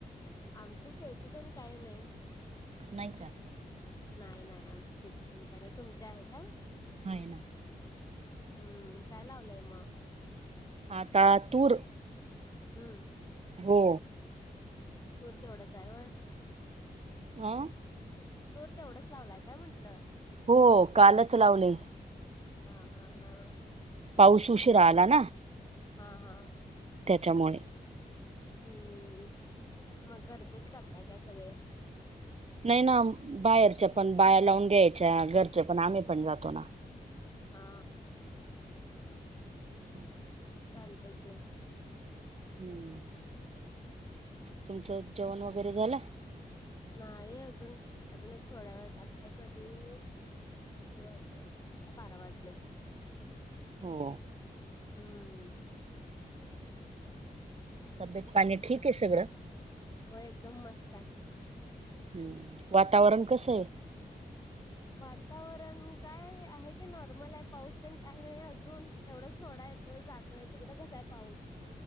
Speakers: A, on the left; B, on the right.
A: आमची शेती तेन काय नाही.
B: नाही का?
A: नाही नाही आमच शेती तेन काही नाही तुमचे आहे का?
B: आहे ना.
A: हम्म काय लावलंय मग?
B: आता तूर.
A: हम्म
B: हो.
A: तूर तेवढंच हाय होय?
B: हा
A: तूर तेवढंच लावलाय काय म्हटलं?
B: हो कालच लावले.
A: हा हा हा
B: पाऊस उशीरा आला ना.
A: हा हा
B: त्याच्यामुळे
A: हम्म मग घरचेच करताय का सगळे?
B: नाही ना बाहेरच्या पण बाया लावून घ्यायच्या घरच्या पण आम्ही पण जातो ना.
A: हा
B: हो ह
A: चालतय की
B: हम्म तुमचं जेवण वगैरे झालं?
A: नाही अजून अजून एक थोड्या वेळ आत्ता शी. किती वाजलेत आत्ता बारा वाजलेत.
B: हो
A: हम्म
B: तब्येत पाणी ठीक आहे सगळं?
A: होय एकदम मस्त आहे.
B: हम्म वातावरण कसं आहे?
A: वातावरण काय आहे की नॉर्मल आहे पाऊस तेन काय नाही अजून तेवढंच थोडा आहे. त जातय तिकडं कसा आहे पाऊस?